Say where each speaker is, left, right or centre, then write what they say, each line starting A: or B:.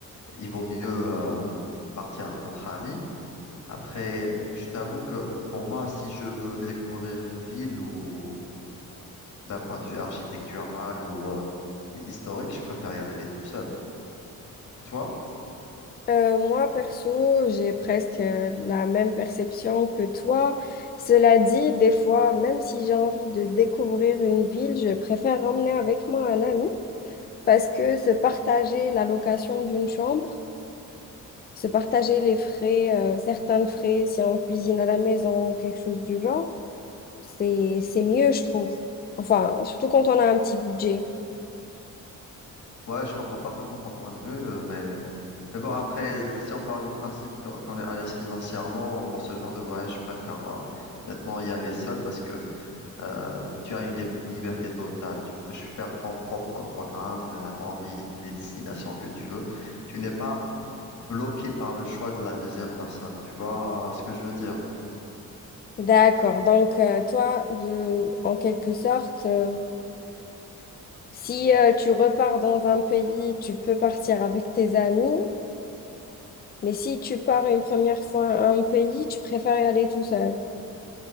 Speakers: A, on the left; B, on the left.
A: il vaut mieux euh, partir entre amis. Après, je t'avoue que pour moi, si je veux découvrir une ville ou d'un point de vue architectural ou euh, historique, je préfère y aller tout seul. Et toi?
B: Euh, moi, perso, j'ai presque euh, la même perception que toi. Cela dit, des fois, même si j'ai envie de découvrir une ville, je préfère emmener avec moi un ami parce que se partager la location d'une chambre, se partager les frais, euh, certains frais si on cuisine à la maison ou quelque chose du genre, c'est, c'est mieux, je trouve. Enfin, surtout quand on a un petit budget.
A: Ouais, je comprends parfaitement ton point de vue, euh, mais, mais bon, après, euh, si on part du principe qu'on qu'on est à l'aise financièrement, pour ce genre de voyage, je préfère euh, nettement y aller seul parce que euh, tu as une lib- liberté totale. Tu peux faire ton propre programme à ton rythme, les destinations que tu veux. Tu n'es pas bloqué par le choix de la deuxième personne. Tu vois euh, ce que je veux dire?
B: D'accord. Donc, euh, toi, de, en quelque sorte, euh, si euh, tu repars dans un pays, tu peux partir avec tes amis, mais si tu pars une première fois à un pays, tu préfères y aller tout seul.